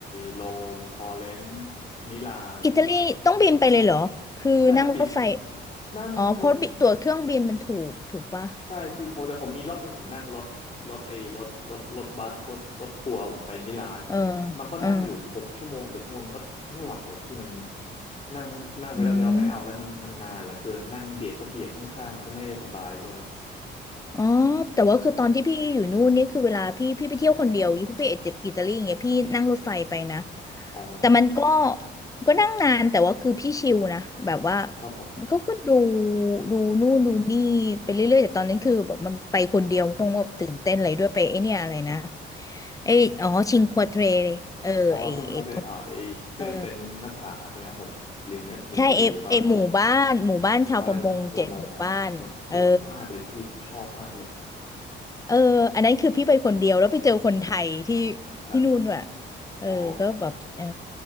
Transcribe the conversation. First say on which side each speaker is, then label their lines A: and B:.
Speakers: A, on the left; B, on the left.
A: โรมฟลอเรนซ์มิลานอะไรเงี้ยมัน
B: อิตาลีต้องบินไปเลยเหรอคือนั่งรถไฟ
A: สนามบินนั่งรถ
B: อ๋อเพราะตั๋วเครื่องบินมันถูกถูกปะ
A: ใช่พี่ผมแต่ผมมีรอบหนึ่งผมนั่งรถรถไอ้รถรถรถบัสรถรถทัวร์ผมไปมิลาน
B: เออ
A: มันก็นั่งอยู่หกชั่วโมงเจ็ดชั่วโมงก็ไม่ไหวอะพี่มัน
B: เออ
A: นั่งนั่งไปแล้วเดี๋ยวเราไม่เอาแล้วมันมันนานเหลือเกินนั่งเบียดก็เบียดข้างๆมันก็ไม่ได้สบายด้วย
B: อืม อ๋อ แต่ว่าคือตอนที่พี่อยู่นู่นนี่คือเวลาพี่พี่ไปเที่ยวคนเดียวอย่างงี้พี่ไปอิตาอิตาลีอย่างเงี้ยพี่นั่งรถไฟไปนะ
A: อ๋อ
B: แต่มันก็ก็นั่งนานแต่ว่าคือพี่ชิลนะแบบว่า
A: ครับผม
B: เขาก็ดูดูนู่นดูนี่ไปเรื่อยๆแต่ตอนนั้นคือแบบมันไปคนเดียวคงแบบตื่นเต้นอะไรด้วยไปไอเนี่ยอะไรนะไออ๋อชิงควาเทรเลยเออไอไอตรง
A: อ๋อซึ่งก็ได้อ่าไอ้ที่มันเป็นหน้าผาใช่ไหมครับผมริมแม่ริมทะเลตอน
B: เออใช่เอเอหมู่บ้านหมู่บ้านชาวประมงเจ็ดหมู่บ้านเออ
A: หมู่บ้านประมงโอ้สวยมากเลยพี่ผมชอบมากเลย
B: เอออันนั้นคือพี่ไปคนเดียวแล้วไปเจอคนไทยที่
A: ครับ
B: ที่นู่นด้วยเออก็แบบเออ
A: อ๋อ